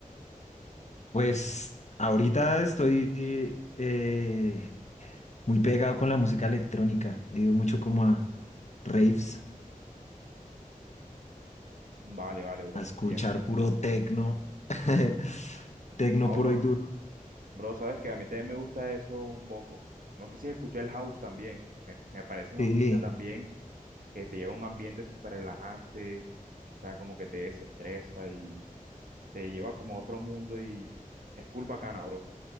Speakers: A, on the left; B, on the right.
A: Pues ahorita estoy eh, muy pegado con la música electrónica. He ido mucho como a raves,
B: Vale, vale, bro,
A: a escuchar
B: te entiendo.
A: puro tecno, <laughs> tecno
B: No,
A: puro
B: bro,
A: y duro.
B: bro, sabes que a mí también me gusta eso un poco. No sé si escuché el house también. Me, me parece una
A: Sí,
B: música también que te lleva a un ambiente súper relajante, o sea, como que te desestresa y te lleva como a otro mundo y es full bacana, bro.